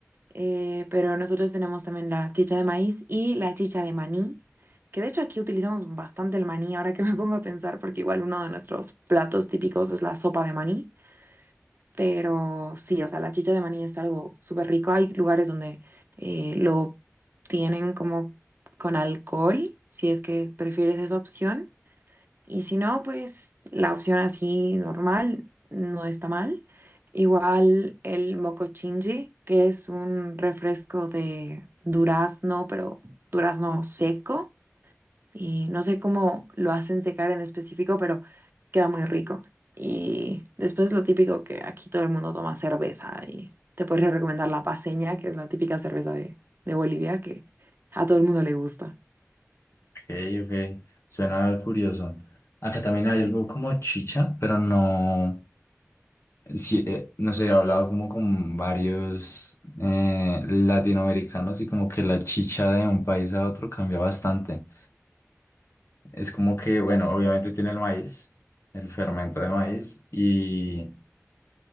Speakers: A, on the right; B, on the left.
A: eh, pero nosotros tenemos también la chicha de maíz y la chicha de maní, que de hecho aquí utilizamos bastante el maní, ahora que me pongo a pensar, porque igual uno de nuestros platos típicos es la sopa de maní, pero sí, o sea, la chicha de maní es algo súper rico, hay lugares donde eh, lo tienen como con alcohol, si es que prefieres esa opción. Y si no, pues la opción así normal no está mal. Igual el mocochinchi, que es un refresco de durazno, pero durazno seco. Y no sé cómo lo hacen secar en específico, pero queda muy rico. Y después lo típico que aquí todo el mundo toma cerveza. Y te podría recomendar la paseña, que es la típica cerveza de, de Bolivia, que a todo el mundo le gusta.
B: Ok, ok, suena curioso. Acá también hay algo como chicha, pero no, Sí, eh, no sé, he hablado como con varios eh, latinoamericanos y como que la chicha de un país a otro cambia bastante. Es como que, bueno, obviamente tiene el maíz, el fermento de maíz y